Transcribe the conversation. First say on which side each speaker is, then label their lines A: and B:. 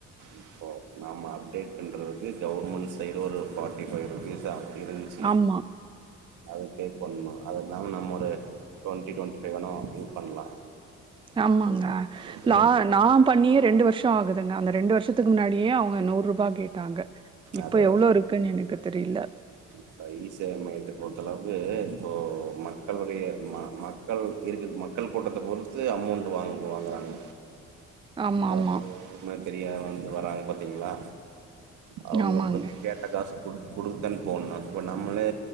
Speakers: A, on the right (about 80°); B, on the right (about 15°).
A: இப்போ நாம அப்டேட் பண்றதுக் கு கவுர்மெண்ட் சைடு ஒரு ஃபார்ட்டி ஃபைவ் ருபீஸ் ஆகு இருந்ச்சு
B: ஆமா.
A: அதுக்கே பண்ணோ அத இல்லாம நம்மொரு டுவெண்டி டுவெண்டி ஃபைவ் வேனா திங் பண்லா
B: ஆமாங்க
A: அது
B: நா நா பண்ணியே ரெண்டு வருஷ ஆகுதுங்க அந்த ரெண்டு வருஷத் துக்கு முன்னாடியே அவுங்க நூறுபா கேட்டாங்க இப்ப
A: அதா
B: எவ்ளோ இருக்குன்னு எனக்கு தெரியல.
A: அதா இ சேவ மையத்த பொறுத் த்துல வந்து இப்போ மக்களுடய ம மக்கள் இருக்கு மக்கள் கூட்டத்த பொறுத்து அமௌண்ட் வாங்கு வாங்குறாங்க
B: ஆமா,
A: அ
B: ஆமா.
A: ஒரு மாதிரியா வந் இது வராங் பாத்தீங்களா அவுங்க
B: ஆமாங்க.
A: அப்றோ கேட்ட காசு குடுத் குடுத்தன் போனா இப்போ நம்மளே